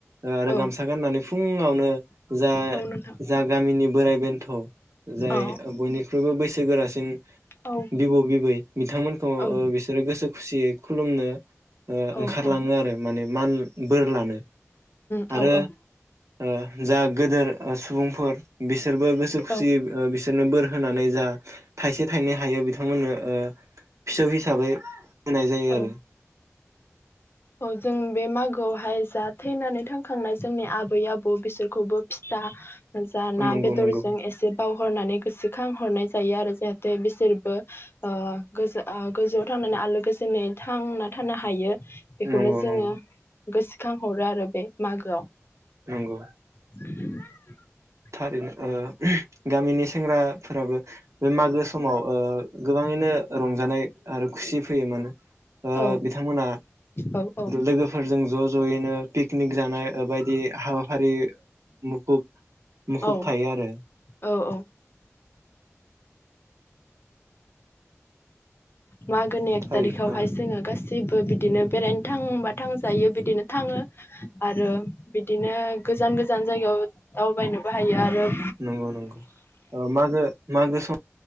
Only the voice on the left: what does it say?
औ
औ नोंथां
औ
औ
औ
औ
औ
औ
औ औ जों बे मागोआवहाय जा थैनानै थांखांनाय जोंनि आबै आबौ बिसोरखौबो फिथा, जा ना,
बेदरजों
एसेबाव हरनानै गोसोखां हरनाय जायो आरो जाहाथे बिसोरबो ओ गो-गोजौआव थांनानै आलो गोजोनै थांना थानो हायो, बेखौनो
जोङो
गोसोखां हरो आरो बे मागोआव
<unintelligible>
औ
औ औ
औ
औ औ मागोनि एक
थारिखआवहाय
जोङो गासै गासैबो बिदिनो बेरायनो थांबा थांजायो बिदिनो थाङो आरो बिदिनो गोजान गोजान जायगायाव दावबायनोबो हायो आरो।